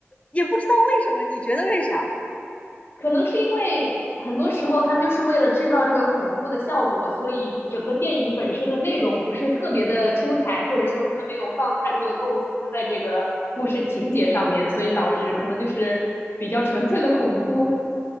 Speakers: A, on the left; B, on the left.
A: 也不知道为什么，你觉得为啥？
B: 可能是因为很多时候他们就是为了制造这种恐怖的效果，所以整个电影本身的内容不是特别的出彩，或者说他们没有放太多的构思在这个故事情节上面，所以导致可能就是比较纯粹的恐怖。